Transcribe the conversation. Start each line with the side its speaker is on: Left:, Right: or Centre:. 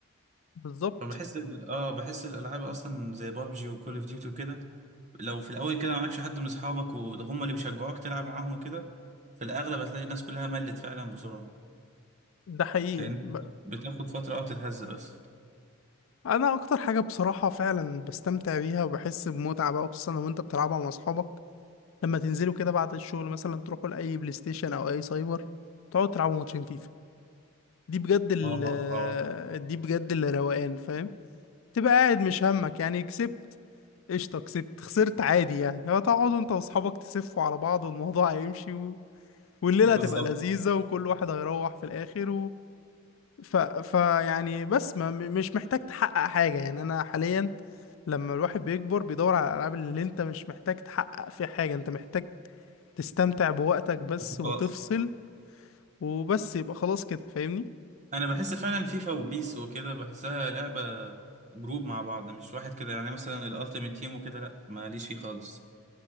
Left: بالظبط
Right: فبحس ال- اه بحس الالعاب اصلا زي بابجي وكول اوف ديوتي وكده لو في الاول كده معكش حد من اصحابك وده هم اللي بيشجعوك تلعب معاهم وكده في الاغلب هتلاقي الناس كلها ملت فعلا بسرعه
Left: ده حقيقي
Right: لان
Left: ب-
Right: بتاخد فتره اه تتهز بس
Left: انا اكتر حاجه بصراحه فعلا بستمتع بيها وبحس بمتعه بقى خصوصا لو انت بتلعبها مع اصحابك لما تنزلوا كده بعد الشغل مثلا تروحوا لاي بلاي ستيشن او اي سايبر تقعدوا تلعبوا ماتشين فيفا دي بجد ال
Right: اه اه
Left: دي بجد اللي روقان فاهم تبقى قاعد مش همك يعني كسبت قشطه كسبت خسرت عادي يعني هو تقعدوا انت واصحابك تسفوا على بعض والموضوع <laughs> هيمشي و... والليله
Right: بالظبط
Left: هتبقى لذيذه وكل واحد هيروح في الاخر ف... فيعني بس ما... م- مش محتاج تحقق حاجة يعني أنا حاليا لما الواحد بيكبر بيدور على الألعاب اللي أنت مش محتاج تحقق فيها حاجة أنت محتاج تستمتع بوقتك بس وتفصل
Right: خلاص.
Left: وبس يبقى خلاص كده فاهمني؟
Right: انا بحس فعلا فيفا وبيس وكده بحسها لعبه جروب مع بعض مش واحد كده يعني مثلا الالتيميت تيم وكده لا ماليش فيه خالص